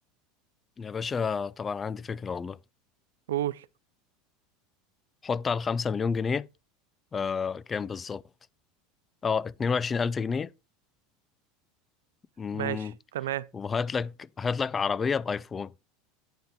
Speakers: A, on the left; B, on the right.
A: يا باشا طبعا عندي فكرة والله
B: قول
A: حط على 5 مليون جنيه آه كام بالظبط اه 22000 جنيه امم
B: ماشي تمام
A: وهات لك هات لك عربية بآيفون